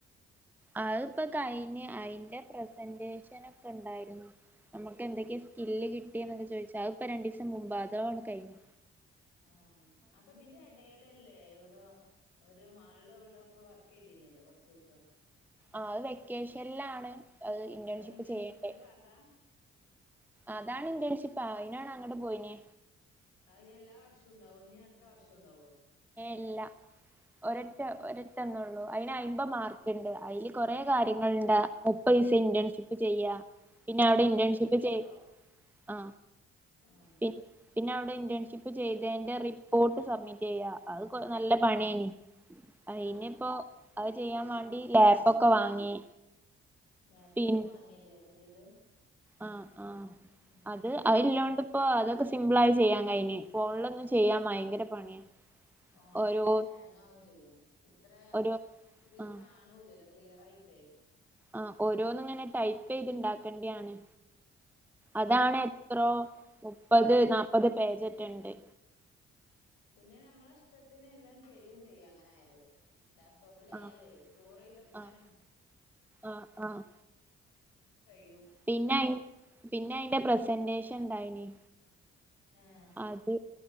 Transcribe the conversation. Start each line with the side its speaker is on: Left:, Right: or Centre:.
Centre: അതിപ്പൊ കയിഞ്ഞ് അയ്ന്റെ പ്രസന്റേഷനൊക്കെ ഇണ്ടായിരുന്നു നമുക്ക് എന്തൊക്കെ സ്കില്ല് കിട്ടി എന്നൊക്കെ ചോയ്ച്ച് അത്പ്പം രണ്ടീസം മുമ്പാ അതോണ് കഴിഞ്ഞ്
Left: ആഹ് അപ്പം ഇതിന്റെ എടേലല്ലേ ഓടോ ഒരു മാൾളെവിടോപ്പോ വർക്കെയ്തീനില്ലോ കൊർച്ചോസം
Centre: അത് വെക്കേഷനിലാണ് ഇന്റേൺഷിപ്പ്
Left: അത് ഇന്റേൺഷിപ്പിന്റെ
Centre: ചെയ്യണ്ടേ
Left: ഭാഗാ
Centre: അതാണ് ഇന്റേൺഷിപ്പ് ആ അയിനാണ് അങ്ങോട്ട് പോയിനെ.
Left: അതിന് എല്ലാ വർഷവും ഇണ്ടാവോ അടുത്ത വർഷം ഇണ്ടാവോ
Centre: ല്ല ഒരൊറ്റ
Left: ഉം
Centre: ഒര ഒറ്റൊന്നൊള്ളൂ അയിന് അമ്പത് മാർക്കിണ്ട് അതിൽ കൊറെ കാര്യങ്ങളുണ്ട് മുപ്പത് ദിവസം ഇന്റേൻഷിപ്പ് ചെയ്യ പിന്നെ അവിടെ
Left: മുപ്പത്
Centre: ഇന്റേൺഷിപ്പ്
Left: ദിവസോ
Centre: ചെയ് ആ
Left: ആഹ്
Centre: പി പിന്നെ അവിടെ ഇന്റേൺഷിപ്പ് ചെയ്തതിന്റെ റിപ്പോർട്ട് സബ്മിറ്റ് ചെയ്യ അത് പൊ നല്ല പണിയേനി അയ്നിപ്പോ.
Left: ആഹ്
Centre: അത് ചെയ്യാൻ വേണ്ടി ലാപ്പൊക്കെ വാങ്ങി.
Left: ലാപ്ടോപ്പ്
Centre: പിൻ
Left: വാങ്ങില്ലേ പുതിയത്
Centre: ആഹ് ആഹ
Left: ഉം
Centre: അത്
Left: ഉം
Centre: അയിലില്ലോണ്ട് ഇപ്പൊ അതൊക്കെ സിമ്പിൾ ആയി ചെയ്യാൻ കഴിഞ്ഞ് ഫോണിലൊന്നും ചെയ്യാൻ ഭയങ്കര പണിയാ.
Left: ഫോണിൽ
Centre: ഓരോ
Left: പിന്നെ ഹാങ്ങ്ആകും ചെയ്യും ഇത്ര
Centre: ഓരോ
Left: ഇതിൽ
Centre: ആഹ്
Left: കാണൂലല്ലോ? ക്ലിയർ ആയിട്ടേ
Centre: ആ ഓരോന്നുങ്ങനെ ടൈപ്പ് ചെയ്ത്ണ്ടാക്കണ്ടയാണ്.
Left: ആഹ്
Centre: അതാണ് എത്രോ മുപ്പത് നാല്പ്പത് പേജ് റ്റേ ഉണ്ട്
Left: പിന്നെ നമ്മളെ ഇഷ്ടത്തിന് എല്ലാം ചെയ്യും ചെയ്യു അങ്ങനെയായതോണ്ട് ലാപ്ടോപ്പ്. പ്പിലായാലേ
Centre: ആഹ്
Left: സ്റ്റോർ ചെയ്തക്കാനും
Centre: ആഹ് ആഹ് ആഹ്
Left: കഴിയും.
Centre: പിന്നെ ആയി പിന്നെ അയിന്റെ പ്രസന്റേഷൻ ഉണ്ടായിനി.
Left: ആഹ്
Centre: അത്